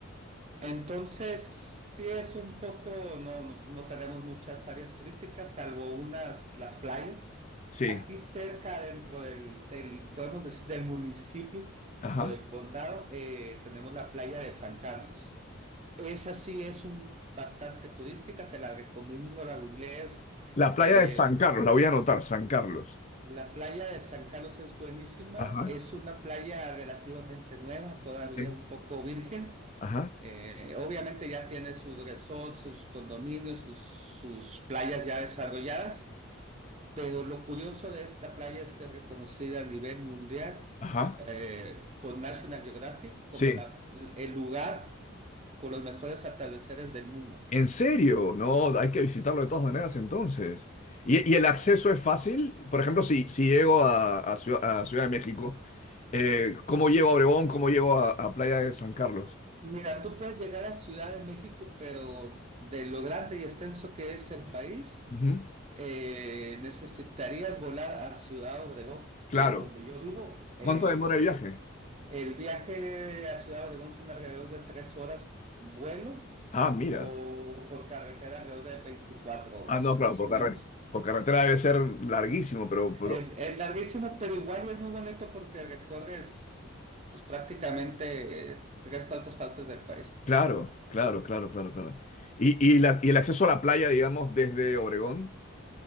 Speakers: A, on the right (about 30°); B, on the left (about 35°).
A: Entonces, sí es un poco, no, no, no tenemos muchas áreas turísticas, salvo unas, las playas.
B: Sí,
A: Aquí cerca, dentro del, del, podemos decir, del municipio
B: ajá.
A: o del condado, eh, tenemos la playa de San Carlos. Esa sí es un, bastante turística, te la recomiendo, la googlees.
B: La
A: Eh,
B: playa de San Carlos, la voy a anotar, San Carlos.
A: la playa de San Carlos es buenísima,
B: Ajá,
A: es una playa relativamente nueva, todavía
B: sí,
A: un poco virgen.
B: ajá,
A: Eh, obviamente ya tiene sus resorts, sus condominios, sus, sus playas ya desarrolladas, pero lo curioso de esta playa es que es reconocida a nivel mundial
B: ajá.
A: eh, por National Geographic
B: Sí.
A: como la- el lugar con los mejores atardeceres del mundo.
B: ¿En serio? No, hay que visitarlo de todas maneras entonces. ¿Y, y el acceso es fácil? Por ejemplo, si, si llego a, a Ciudad, a Ciudad de México, Eh, ¿cómo llego a Obregón? ¿Cómo llego a, a Playa de San Carlos?
A: Mira, tú puedes llegar a Ciudad de México, pero de lo grande y extenso que es el país,
B: Ujú.
A: eh, necesitarías volar a Ciudad Obregón,
B: Claro.
A: que es donde yo vivo. eh,
B: ¿Cuánto demora el viaje?
A: El viaje a Ciudad Obregón son alrededor de tres horas vuelo
B: Ah, mira.
A: o por carretera alrededor de 24 horas,
B: Ah, no, claro,
A: más
B: por
A: o menos.
B: carretera. Por
A: <laughs>
B: carretera debe ser larguísimo, pero, pero
A: Es, es larguísimo, pero igual es muy bonito porque recorres pues, prácticamente tres cuartas partes del país.
B: claro, claro, claro, claro, claro. ¿Y, y, la- y el acceso a la playa, digamos, desde Obregón?